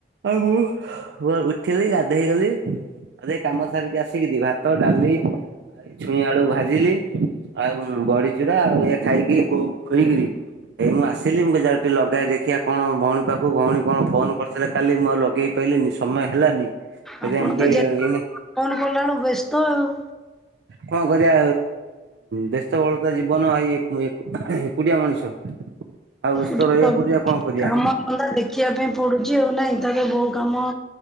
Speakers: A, on the right (about 80°); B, in the centre.
A: ଆଉ ମୁଁ ଉଠିବି ଗାଧୋଇ ଗଲି। ଆଉ ସେ କାମ ସାରିକି ଆସିଲି। ଭାତ, ଡାଲି, ଆଉ ଏ ଛୁଇଁ ଆଳୁ ଭାଜିଲି ଆଉ ବଡିଚୁରା ଆଉ ଖାଇକି ବୋଉ ଖୁଇକିରି- ଏଇ ମୁଁ ଆସିଲି ମୁଁ ଜାଏ ଟିକେ ଲଗେଇ, ଦେଖିିବା କଣ ଭଉଣୀ ପାଖକୁ ଭଉଣୀ କଣ ଫୋନ କରିଥିଲେ କାଲି ମୁଁ ଲଗେଇ ପାଇଲିନି ସମୟ ହେଲାନି। ସେଥିପାଇଁ
B: ଆପଣ
A: ମୁଁ ଟିକେ
B: ତ ଯେ ଫୋନ
A: ଏଇନା
B: କଲା ବେଳୁ ବ୍ୟସ୍ତ ଆଉ।
A: କଣ କରିବା ବ୍ୟସ୍ତବଳତା ଜୀବନ। ଏକୁଟିଆ ମଣିଷ, ଆଉ ବ୍ୟସ୍ତ
B: ଟିକେ
A: ରହିବାକୁ ପଡୁଛି ଆଉ କଣ କରିବା
B: କାମ ଧନ୍ଦା ଦେଖିବା ପାଇଁ ପଡୁଛି ଆଉ ନାହିଁ। ବୋଉ କାମ